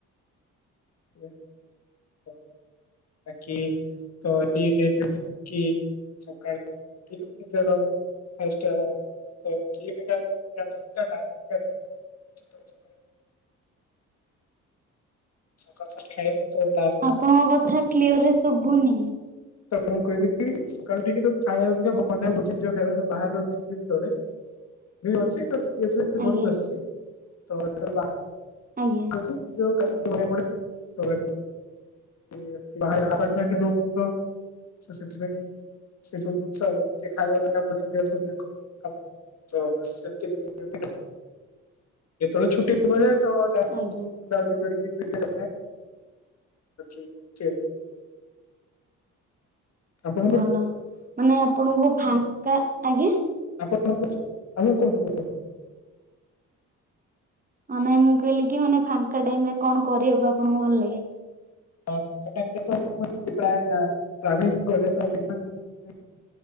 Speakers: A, on the left; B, on the right.
A: <unintelligible> ବାକି <unintelligible> କି ସକାଳୁ <unintelligible> ନିଜର ଫାଷ୍ଟ୍ <unintelligible> ସକାଳୁ <unintelligible> ଖାଇବ ତା
B: ଆପଣଙ୍କ କଥା କ୍ଲିୟରରେ ଶୁଭୁନି।
A: ତ ମୁଁ କହିଲି କି ସକାଳୁ ଉଠିକି ଯୋଉ ଖାଇବା <unintelligible> ଖାଇବା ବାହର <unintelligible> <unintelligible> ଅଛି <unintelligible> ଘରକୁ ଆସିଛି
B: ଆଜ୍ଞା
A: <unintelligible>
B: ଆଜ୍ଞା।
A: <unintelligible> ଏ ବାହାରେ ଆପାର୍ଟମେଣ୍ଟରେ ରହୁଚି ତ ସେ ସେଥିପାଇଁ ସେ ସବୁ ଜିନିଷ ନିଜେ ଖାଇବା ବନେଇବାକୁ ପଡ଼ିବ <unintelligible> କାମ। ତ ସେମିତି <unintelligible> ଯେତେବେଳେ ଛୁଟି ବୋଇଲେ ତ ଯାହା ଯେମିତି
B: ଆଜ୍ଞା।
A: ବୁଲାବୁଲି କରିକି ଭିଡ଼ିଓ ବନାଏ ଅଛି ଅଛି ଆଉ। ଆପଣଙ୍କର
B: ଭଲ ମାନେ ଆପଣଙ୍କୁ ଫାଙ୍କା ଆଜ୍ଞା।
A: ଆପଣଙ୍କ ସବୁ ଆପଣ କୁହନ୍ତୁ କୁହ
B: ମାନେ ମୁଁ କହିଲି କି ମାନେ ଫାଙ୍କା ଟାଇମ୍ ରେ କଣ କରିବାକୁ ଆପଣଙ୍କୁ ଭଲ ଲାଗେ?
A: ଫାଙ୍କା ଟାଇମ୍ ରେ ତ ମୁଁ ପ୍ରାୟେ ଟ୍ରାଭେଲିଙ୍ଗ୍ କରେ ତ <unintelligible>